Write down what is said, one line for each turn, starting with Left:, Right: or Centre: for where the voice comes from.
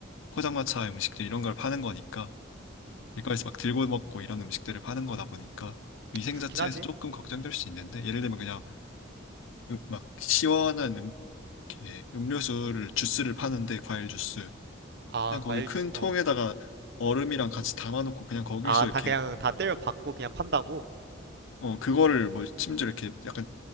Left: 포장마차 음식들 이런 걸 파는 거니까
Right: 음.
Left: 길거리에서 막 들고 먹고 이런 음식들을 파는 거다 보니까 위생
Right: 그렇긴
Left: 자체에서
Right: 하지.
Left: 조금 걱정될 수 있는데 예를 들면 그냥 음- 막 시원한 음, 이렇게 음료수를 주스를 파는데 과일 주스
Right: 아,
Left: 그냥 거기
Right: 과일
Left: 큰
Right: 주스, 어.
Left: 통에다가 얼음이랑 같이 담아놓고 그냥 거기서
Right: 아, 다
Left: 이렇게
Right: 그냥 다 때려 박고 그냥 판다고?
Left: 어 그거를 뭐 심지어 이렇게 약간